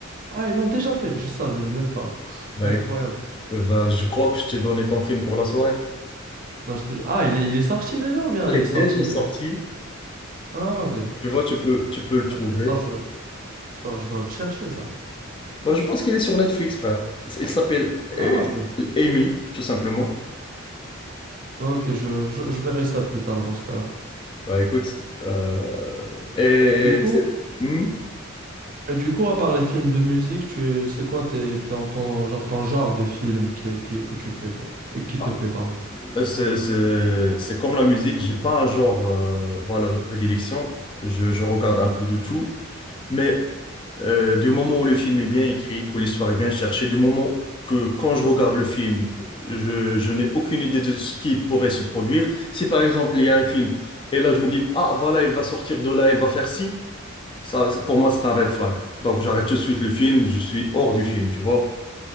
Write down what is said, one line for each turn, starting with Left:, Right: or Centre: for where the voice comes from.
Right: Ah, ils l'ont déjà fait, je savais même pas. <laughs>
Left: Bah,
Right: Incroyable.
Left: écoute, euh, bah, je crois que je t'ai donné ton film pour la soirée.
Right: Non, je te... ju- Ah, il est, il est sorti déjà ou bien
Left: Il
Right: il
Left: est
Right: est sorti...
Left: déjà sorti,
Right: Ah, ok.
Left: tu vois, tu peux, tu peux
Right: Ah,
Left: le trouver.
Right: ok, Attends, je, je dois, je dois le chercher, ça.
Left: Bah, je pense qu'il est sur Netflix, frère. Il s'appelle euh,
Right: Ah, ok.
Left: Amy, tout simplement.
Right: Ok, je, je, je verrai ça plus tard dans ce cas-là.
Left: Bah écoute, euh, et
Right: Du coup,
Left: c'est hmm
Right: et du coup, à part les films de musique, tu, c'est quoi tes, ton, ton- genre, ton genre de film qui, qui, que tu plais, toi? Euh, Qui
Left: Ah.
Right: te plaît, pardon.
Left: C'est c'est- c'est comme la musique, j'ai pas un genre euh, voilà, de prédilection, je, je regarde un peu de tout, mais euh, du moment où le film est bien écrit, que l'histoire est bien cherchée, du moment que quand je regarde le film, je, je n'ai aucune idée de ce qui pourrait se produire. Si par exemple il y a un film et là je me dis, ah voilà, il va sortir de là, il va faire ci, ça c'est- pour moi c'est un red flag. Donc j'arrête tout de suite le film, je suis hors du film, tu vois.